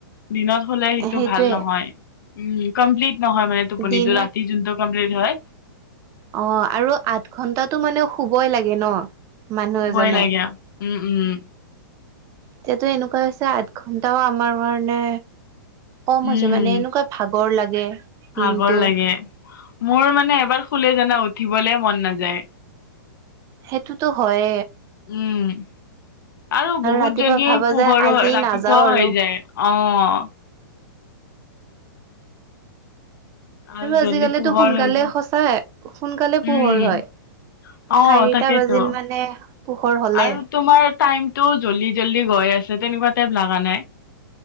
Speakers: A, on the left; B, on the right.
A: দিনত হ'লে সেইটো
B: সেইটোৱে
A: ভাল নহয়। উম, কমপ্লিট নহয় মানে টোপনিটো
B: দিনত
A: ৰাতি যোনটো কমপ্লিট হয়।
B: অ', আৰু আঠ ঘন্টাটো মানে শুবই লাগে ন। মানুহ
A: শুবই
B: এজনে।
A: লাগে উম উম
B: এতিয়াতো এনেকুৱা হৈছে, আঠ ঘন্টাও আমাৰ কাৰণে কম হৈছে
A: উম
B: মানে এনেকুৱা ভাগৰ লাগে। দিনটো
A: ভাগৰ লাগে, মোৰ মানে এবাৰ শুলে জানা উঠিবলে মন নাযায়।
B: সেইটোতো হয়ে।
A: উম, আৰু বহুত
B: ৰাতিপুৱা
A: জলদি,
B: ভাবা
A: পোহৰো
B: যায় আজি
A: ৰাতিপুৱাও
B: নাযাও আৰু
A: হৈ যায়। অ'। আৰু
B: আজিকালিতো
A: জ্লি পোহৰ
B: সোনকালে
A: হৈ যায়,
B: সঁচাই সোনকালে পোহৰ
A: উম।
B: হয়।
A: অ'
B: চাৰিটা
A: তাকেইেতো,
B: বাজিল মানে পোহৰ হ'লে।
A: আৰু তোমাৰ টাইমতটো জল্দি জল্দি গৈ আছে, তেনেকুৱা টাইপ লগা নাই।